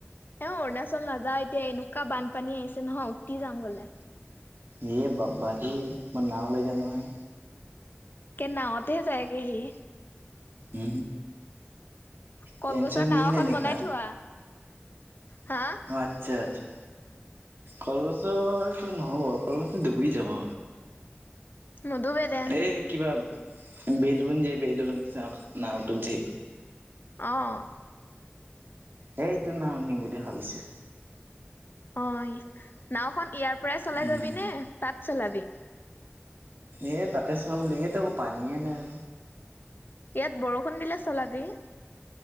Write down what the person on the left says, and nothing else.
অ অৰুণাচল নাযাও এতিয়া এনেকুৱা বানপানী আহিছে নহয় উটি যাম গলে
একে নাওতেই যাইগে সি
কলগছৰ
নাও এখন
বনাই থোৱা হা
নুডুবে দে
অ'
অ নাওখন ইয়াৰ পৰাই চলাই
যাবি নে তাত চলাবি
ইয়াত বৰষুণ দিলে চলাবি।